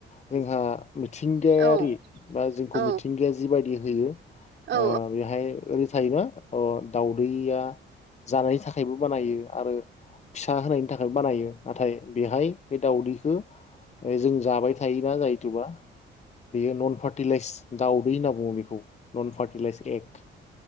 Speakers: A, on the left; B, on the right.
A: जोंहा मिथिंगायारि
B: औ औ
A: बा जोंखौ
B: औ
A: मिथिंगाया जिबायदि होयो
B: औ
A: ओ बेहाय ओरै थायबा अ दाउदैया जानायनि थाखायबो बानायो आरो फि सा होनायनि थाखायबो बानायो। नाथाय बेहाय बे दावदैखो ए जों जाबाय थायोना जायोतुबा बेयो नन फार्टिलाइस। दाउदै होनना बुङो बिखौ। Non fertilize egg.